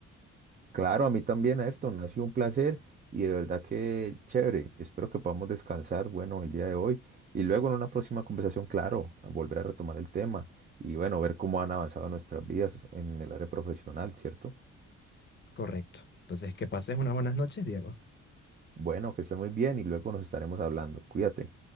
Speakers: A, on the right (about 30°); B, on the left (about 35°).
A: Claro, a mí también, Ayrton, ha sido un placer y de verdad que chévere. Espero que podamos descansar, bueno, el día de hoy y luego en una próxima conversación, claro, a volver a retomar el tema y bueno, ver cómo han avanzado nuestras vidas en el área profesional, ¿cierto?
B: Correcto. Entonces, que pases unas buenas noches, Diego.
A: Bueno, que esté muy bien y luego nos estaremos hablando. Cuídate.